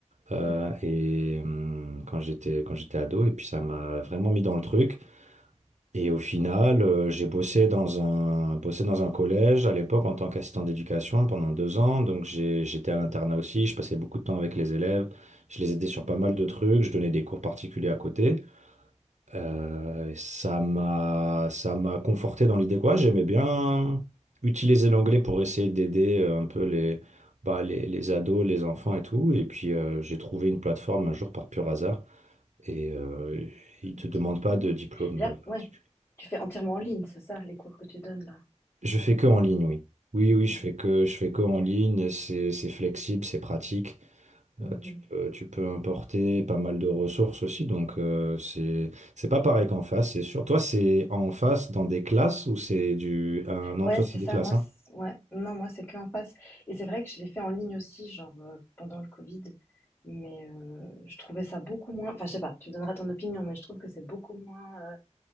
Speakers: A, on the right; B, on the left.
A: Euh,
B: Mhm.
A: et hum, quand j'étais quand j'étais ado, et puis ça m'a vraiment mis dans le truc. Et au final, euh, j'ai bossé dans un, bossé dans un collège à l'époque en tant qu'assistant d'éducation pendant deux ans. Donc j'ai- j'étais à l'internat aussi, je passais beaucoup de temps avec les élèves, je les aidais sur
B: Mhm.
A: pas mal de trucs, je donnais des cours particuliers à côté. Euh, et ça m'a, ça m'a conforté dans l'idée quoi, j'aimais bien utiliser l'anglais pour essayer d'aider euh, un peu les, bah, les, les ados, les enfants et tout. Et puis euh, j'ai trouvé une plateforme un jour par pur hasard et euh, ils
B: Mhm,
A: te
B: Mais
A: demandent
B: trop
A: pas
B: bien.
A: de diplôme.
B: Et là,
A: euh, particulier.
B: ouais. Tu fais entièrement en ligne, c'est ça, les cours que tu donnes là.
A: Je fais que en ligne, oui. Oui, oui, je
B: Ouais,
A: fais que, je fais que en ligne. C'est, c'est flexible, c'est pratique.
B: ouais.
A: Euh, tu peux, tu peux importer pas mal de ressources aussi. Donc, euh, c'est, c'est pas pareil qu'en face, c'est sûr. Toi, c'est en face dans des classes ou c'est du. ah, non,
B: Ouais,
A: toi,
B: c'est
A: c'est
B: ça,
A: des classes,
B: moi, c-
A: hein.
B: ouais, non, moi, c'est que en face. Et c'est vrai que je l'ai fait en ligne aussi, genre euh, pendant le Covid, mais euh, je trouvais ça beaucoup moins. Enfin, je sais pas, tu me donneras ton opinion, mais je trouve que c'est beaucoup moins. euh,